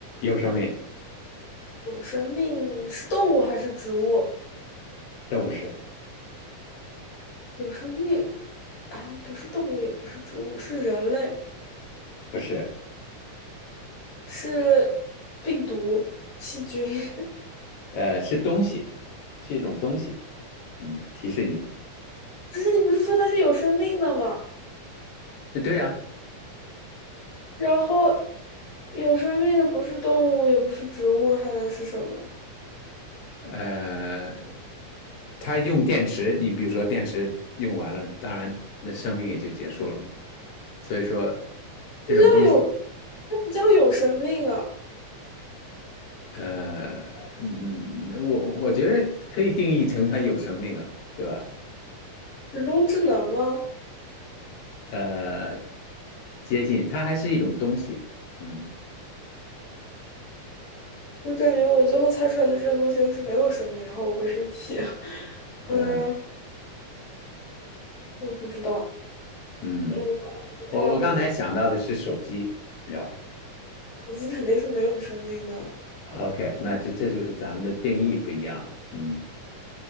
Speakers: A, on the left; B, on the left.
A: 有生命，
B: 有生命是动物还是植物？
A: 都不是
B: 有生命，哎，不是动物，也不是植物，是人类，
A: 不是，
B: 是病毒、细菌。<laughs>
A: 呃，是东西，是一种东西，嗯，提示你，
B: 不是你不是说它是有生命的吗？
A: 呃对呀、
B: 然后有生命的不是动物，也不是植物，还能是什么？
A: 呃，它用电池，你比如说电池用完了，当然那生命也就结束了嘛。所以说这种东西，
B: 不知道有，那不叫有生命啊，
A: 呃，嗯，我我觉得可以定义成它有生命啊，对吧？
B: 人工智能吗？
A: 呃，接近，它还是一种东西。嗯，
B: 我感觉我最后猜出来的这个东西就是没有生命，然后我会生气。<laughs>
A: 呃，
B: 嗯，我不知道，
A: 嗯，
B: 嗯，我太模糊
A: 我我刚才想到的是手机，你知道
B: 手机肯定是没有生命的。
A: o k 那这这就是咱们的定义不一样了嗯，